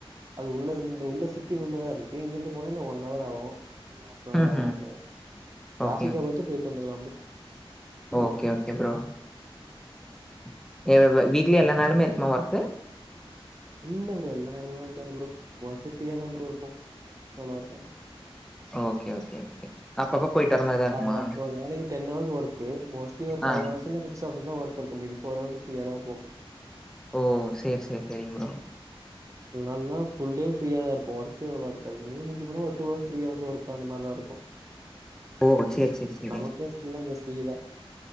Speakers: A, on the right; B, in the centre.
A: அது உள்ளருந்து உள்ள சிப் <unintelligible> உள்ளதாருக் இங்கர்ந்து போனா என்னா ஒன் அவராவு <unintelligible> ஹாஃபனவராவு
B: ம்ஹ்ம்.
A: ப்ரோ ட்ராஃபிக்க
B: ஓகே, ஓகே.
A: பொத்து பொயிட்டு வந்துக்கலா bro
B: okay, okay bro.
A: Okay
B: <unintelligible> weekly எல்லா நாளுமே இருக்குமா வொர்க்கு
A: இல்ல ப்ரோ எல்லா நேரமுலா இருக்காது ப்ரோ மோஸ்ட்லி ஃப்ரீயா தா ப்ரோ இருப்போ <unintelligible>
B: ஓகே ஓகே ஓகே அப்பப்ப போயிட்டு
A: ஒரு
B: வர மாரி தான் இருக்குமா?
A: ப ஒரு நாளைக்கு டென் ஹவர்ஸ் ஒர்க்கு மோஸ்ட்லி ஒரு ஃபைவ்
B: ஆ.
A: ஹவர்ஸு இல்ல சிக்ஸ் ஹவர்ஸ் தா ஒர் <unintelligible> மீதி ஃபோர் ஹவர்ஸு ஃப்ரீயா தா இருப்போ
B: ஓ சேர் சேர் செரிங் ப்ரோ
A: நல்லா ஃபுல்டே ஃப்ரியா தாருப்போ ஒர்க்குகளா இருக்காது மினிமம் மிஞ்சி போனா ஒரு two hours three hours work தா அந்த மாரிதாருக்கு
B: ஓ! சரி, சரி, சரி.
A: நமக்கே ஃபுல்லா இங்க ஃபிரீ தா